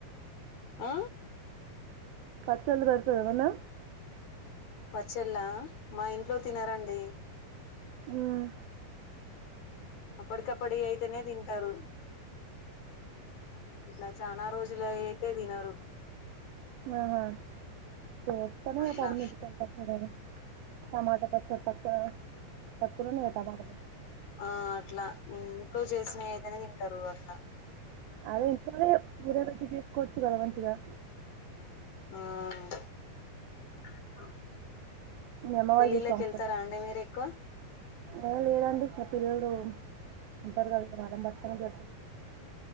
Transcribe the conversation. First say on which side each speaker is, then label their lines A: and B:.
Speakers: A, on the left; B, on the right.
A: ఆ
B: పచ్చళ్ళు పెడతారా ఏమన్నా?
A: పచ్చల్లా మా ఇంట్లో తినరండి.
B: మ్
A: అప్పటికప్పటి అయితేనే తింటారు. నచ్చి చానా రోజులువి అయితే తినరు.
B: ఆహా! చేస్తానే
A: అట్లా
B: పండు మిరపకాయ పచ్చడనీ, టమాట తక్కువ తక్కువ తక్కువనే ఉన్నాయిగా టమాటాలు.
A: ఆ అట్ల, ఇంట్లో చేసినయి అయితేనే తింటారు అట్ల.
B: అదే ఇంట్లనే ఊరబేట్టి చేసుకోవచ్చు గదా మంచిగా.
A: ఆ ఆ <unintelligible>
B: మీ అమ్మ
A: పెళ్ళిల్లకి
B: వాళ్ళు చేసి పంపుతారా
A: వెళ్తారా అండి మీరు ఎక్కువ?
B: ఏ లేదండి ఇగ్ పిల్లలు ఉంటారు గదా వాళ్లను పట్టుకొనె సరిపోతాది.